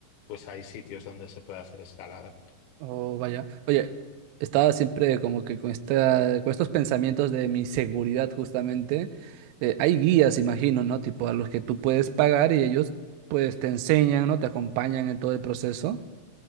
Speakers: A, on the left (about 70°); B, on the right (about 80°).
A: pues hay sitios donde se puede hacer escalada.
B: Oh, vaya. Oye, estaba siempre como que con esta, con estos pensamientos de mi seguridad, justamente. Eh, hay guías, imagino, ¿no? Tipo a los que tú puedes pagar y ellos pues te enseñan, ¿no? Te acompañan en todo el proceso.